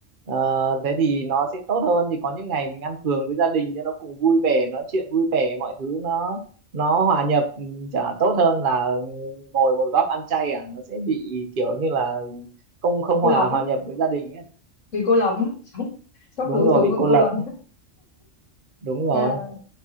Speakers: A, on the right; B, on the left.
A: Ờ, thế thì nó sẽ tốt hơn thì có những ngày mình ăn thường với gia đình cho nó cùng vui vẻ nói chuyện vui vẻ mọi thứ nó nó hòa nhập ừ, chả tốt hơn là ngồi một góc ăn chay à nó sẽ bị kiểu như là không không
B: cô
A: hòa
B: lập
A: hòa
B: á
A: nhập với gia đình ấy
B: vì cô lập á <laughs> sống sống
A: đúng
B: lủi
A: rồi
B: thủi
A: bị
B: và
A: cô
B: cô
A: lập
B: lập
A: ấy. đúng rồi
B: á.